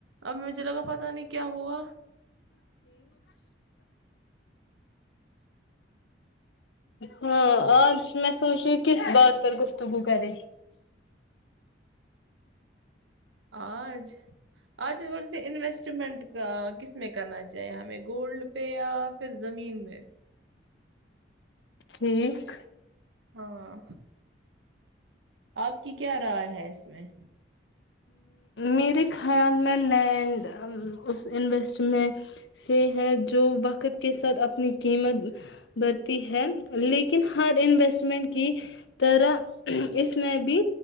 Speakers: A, on the right; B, on the left.
A: اب مجھے لگا پت نہیں کہ کیا ہوا
B: ہاں آج میں سوچی کس بات پر گفتگو کریں
A: آج آج مور ت انوسٹ سٹنٹ کس میں کرنا چاہیے ہمیں گولڈ پہ یا پھر زمین میں
B: ٹھیک
A: ہاں آپ کی کیا رائے ہے اس میں
B: میرے خیال میں لینڈ اس انویسٹمنٹ سے ہے جو وقت کے ساتھ اپنی قیمت برتی ہے لیکن ہر انویسٹمنٹ کی طرح اس میں بھی